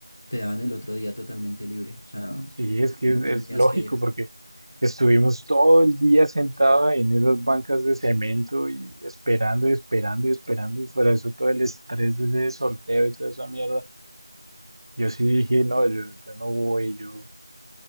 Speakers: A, on the left; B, on the right.
A: te daban el otro día totalmente libre, o sea,
B: Sí, es que
A: no
B: es,
A: tendrías
B: es lógico
A: que ir.
B: porque estuvimos todo el día sentados en esas bancas de cemento y esperando y esperando y esperando y fuera de eso todo el estrés de ese sorteo y toda esa mierda. Yo sí dije, no, yo, yo no voy, yo,